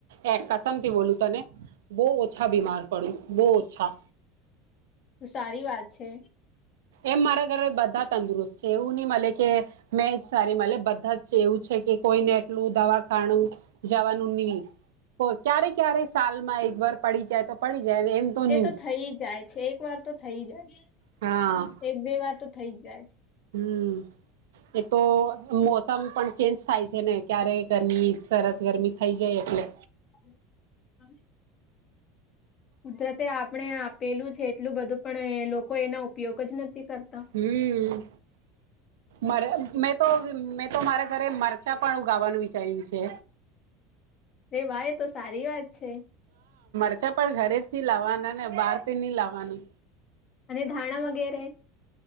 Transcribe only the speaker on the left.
તો સારી વાત છે.
એ તો થઈ જાય છે એક વાર તો થઇ જાય છે.
એક બે વાર તો થઈ જ જાય.
<inaudible> કુદરતે આપ ણે આપેલું છે એટલું બધું પણ લોકો એના ઉપયોગ જ નથી કરતા.
એ વાહ! એ તો સારી વાત છે.
અને ધાણા વગેરે